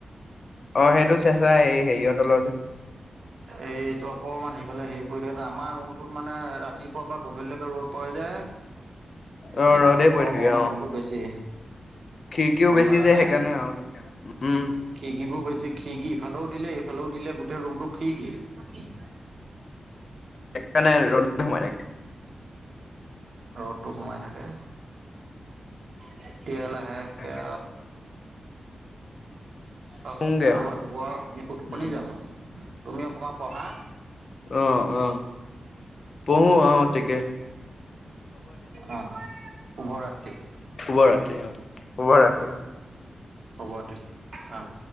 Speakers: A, on the left; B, on the right.
A: অ', সেইটো চেঁচা এ, হেৰিয় তলত।
B: এইটো অকমান সেইফালে হেৰি পৰি থাক যা। আমাৰ ৰুমত মানে মানে ৰাতিপুৱাৰ পৰা গধূলিলৈকে ৰ'দ পৰে যে।
A: অ
B: সেইকাণে
A: ৰ'দে পৰি
B: গৰমৰ
A: থাকে
B: অনুভৱটো
A: অ
B: বেছি।
A: খিৰিকীও
B: গম
A: বেছি
B: পালানে!
A: যে সেইকাৰণে আৰু তেতিয়া উম
B: কি কিব কৈ খিৰিকি ইফালেও, দিলে সিফালেও দিলে, গোটেই ৰুমটো খিৰিকি।
A: সেইকাৰানে ৰ'দ সমাই থাকে।
B: ৰ'দটো সোমাই থাকে। তেতিয়া লাহেকে
A: তাকে
B: আও ও
A: শুংগে আও
B: শুব টোপনি
A: উম
B: যাম আৰু তুমি অকমান পঢ়া
A: অ', অ', পঢ়ো অ', তিকে।
B: অঁ শুভ ৰাত্ৰি।
A: শুভ ৰাত্ৰি অঁ, শুভ ৰাত্ৰি অঁ।
B: হ'ব দে। অ'।